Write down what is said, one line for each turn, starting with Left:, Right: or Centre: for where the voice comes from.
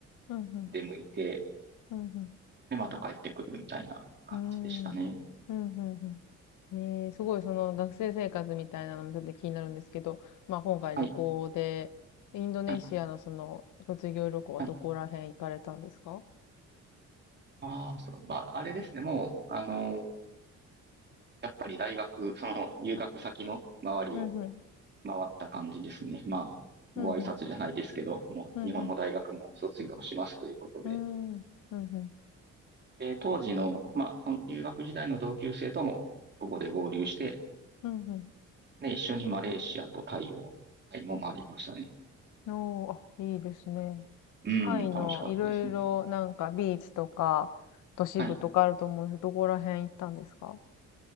Left: うん、うん。
Right: 出向いて、
Left: うん、うん。
Right: で、また帰ってくるみたいな感じでしたね。
Left: うん。うん、うんえー、ねすごいその学生生活みたいなのもちょっと気になるんですけど、まあ今回旅行で、
Right: はい。
Left: インドネシアのその卒業旅行はどこら辺行かれたんですか
Right: はい。はい。まあ、そう、まあ、あれですね。もう、あのーやっぱり大学、その入学先の周りを
Left: うん、うん。
Right: 回った感じですね。まあ、
Left: うん、
Right: ご挨拶じゃないですけど、
Left: うん。
Right: もう日本の大学も卒業しますということで。
Left: うん、うん。うん。うん、うん。
Right: で、当時の、まあ、その留学時代の同級生とも、そこで合流して、
Left: うん、うん。
Right: ね、一緒にマレーシアとタイを、タイも回りましたね。
Left: おー、あ、いいですね。
Right: うん、
Left: タイのいろいろなんかビーチとか都市部とかあると思うんですけど、
Right: 楽しかったですね。はい。
Left: どこら辺行ったんですか